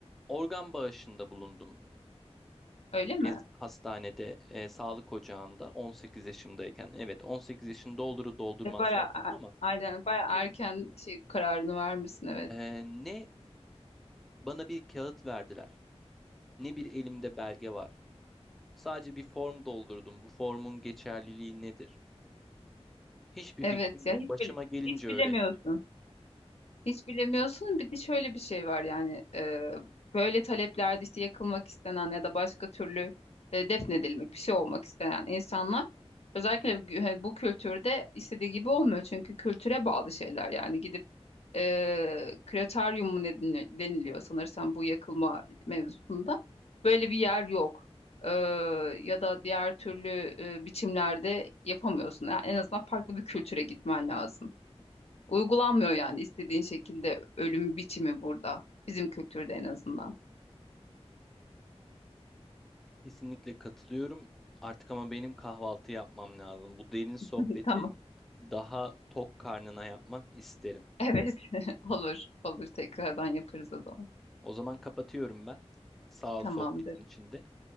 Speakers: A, in the centre; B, on the left (about 70°).
A: organ bağışında bulundum.
B: öyle mi?
A: Ez- hastanede e, sağlık ocağında 18 yaşımdayken evet 18 yaşını doldurur doldurmaz
B: Ve bayağı
A: yaptım
B: a-
A: ama
B: aynen bayağı erken
A: tüm-
B: şey kararını vermişsin evet.
A: e, ne bana bir kağıt verdiler ne bir elimde belge var. Sadece bir form doldurdum. Bu formun geçerliliği nedir? Hiçbir
B: Evet
A: fikrim
B: ya
A: yok.
B: hiç
A: Başıma
B: bile
A: gelince
B: hiç bilemiyorsun.
A: öğreneceğim.
B: Hiç bilemiyorsun. Bir de şöyle bir şey var yani e, böyle taleplerde işte yakılmak istenen ya da başka türlü e, defnedilmek bir şey olmak istenen insanlar özellikle gü- hani bu kültürde istediği gibi olmuyor. Çünkü kültüre bağlı şeyler yani gidip e, krematorium mu ne deni- deniliyor sanırsam bu yakılma mevzusunda böyle bir yer yok. E, ya da diğer türlü e, biçimlerde yapamıyorsun. Yani en azından farklı bir kültüre gitmen lazım. Uygulanmıyor yani istediğin şekilde ölüm biçimi burada. Bizim kültürde en azından.
A: Kesinlikle katılıyorum. Artık ama benim kahvaltı yapmam lazım. Bu derin sohbeti
B: <laughs> Tamam.
A: daha tok karnına yapmak isterim.
B: Evet. <laughs> Olur. Olur. Tekrardan yaparız o zaman.
A: O zaman kapatıyorum ben. Sağ
B: Tamamdır.
A: ol sohbetin içinde.